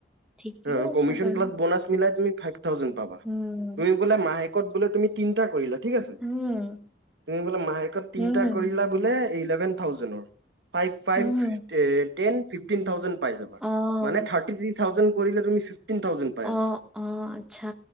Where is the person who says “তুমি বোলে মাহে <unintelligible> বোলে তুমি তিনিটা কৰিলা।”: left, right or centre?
Right